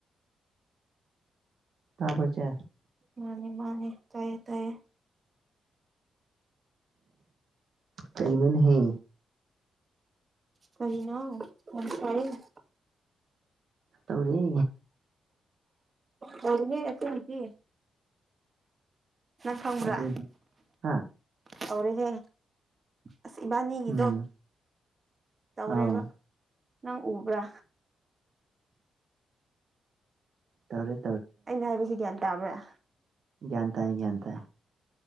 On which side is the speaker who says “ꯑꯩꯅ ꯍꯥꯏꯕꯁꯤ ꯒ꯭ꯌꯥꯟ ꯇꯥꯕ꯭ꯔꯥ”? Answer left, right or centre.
Right